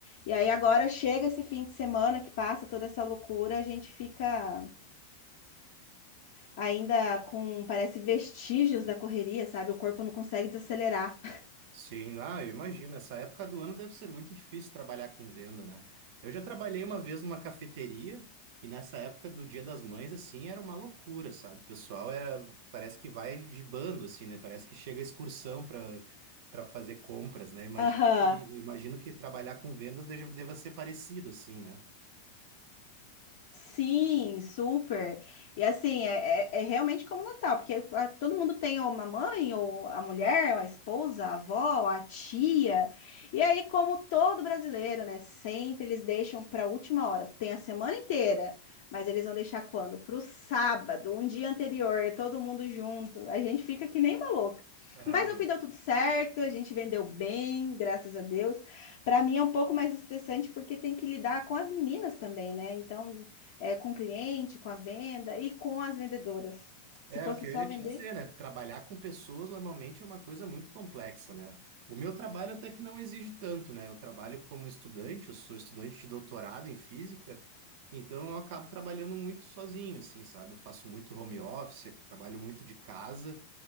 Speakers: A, on the left; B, on the right.
A: E aí agora chega esse fim de semana que passa toda essa loucura, a gente fica ainda com, parece, vestígios da correria, sabe? O corpo não consegue desacelerar.
B: Sim, ah, eu imagino. Essa época do ano deve ser muito difícil trabalhar com venda, né? Eu já trabalhei uma vez numa cafeteria e nessa época do Dia das Mães, assim, era uma loucura, sabe? O pessoal era, parece que vai de bando, assim, né? Parece que chega excursão para para fazer compras, né? Imagino
A: Aham.
B: que, imagino que trabalhar com vendas deja- deva ser parecido, assim, né?
A: Sim, super. E assim, é, é, é realmente como Natal, porque ah, todo mundo tem ou uma mãe, ou a mulher, ou a esposa, a avó, a tia. E aí, como todo brasileiro, né? Sempre eles deixam para a última hora. Tem a semana inteira, mas eles vão deixar quando? Para o sábado, um dia anterior, todo mundo junto. A gente fica que nem uma louca.
B: Ah,
A: Mas no fim deu tudo certo, a gente vendeu bem, graças a Deus. Para mim é um pouco mais estressante porque tem que lidar com as meninas também, né? Então é, com o cliente, com a venda e com as vendedoras. Se
B: É,
A: fosse
B: o que
A: só
B: eu ia te
A: vender,
B: dizer, né? Trabalhar com pessoas normalmente é uma coisa muito complexa, né? O meu trabalho até que não exige tanto, né? Eu trabalho como estudante, eu sou estudante de doutorado em física, então eu acabo trabalhando muito sozinho, assim, sabe? Eu faço muito home office, trabalho muito de casa